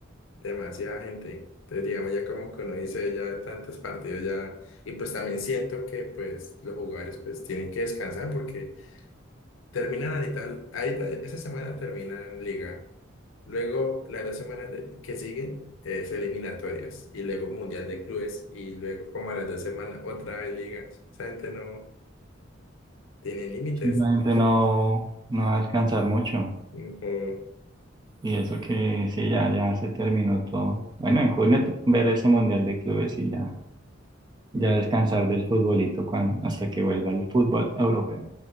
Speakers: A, on the left; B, on the right.
A: demasiada gente. Entonces, digamos, ya como que uno dice, ya tantos partidos ya, y pues también siento que pues los jugadores pues tienen que descansar porque Terminan ahorita, ahorita esa semana terminan liga. Luego, las dos semanas de- que siguen es eliminatorias y luego Mundial de Clubes y luego como a las dos semanas otra vez liga. Esa gente no tiene límites.
B: sí, la gente no, no va a descansar mucho.
A: Y, oh,
B: Y eso que sí, ya, ya se terminó todo. Bueno, en junio t- ver ese Mundial de Clubes y ya. Ya descansar del futbolito cuan- hasta que vuelva el fútbol europeo.